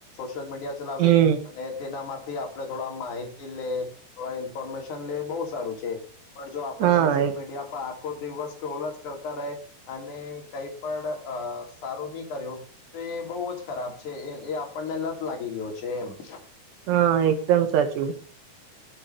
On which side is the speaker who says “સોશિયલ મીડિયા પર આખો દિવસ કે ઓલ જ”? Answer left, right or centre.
Left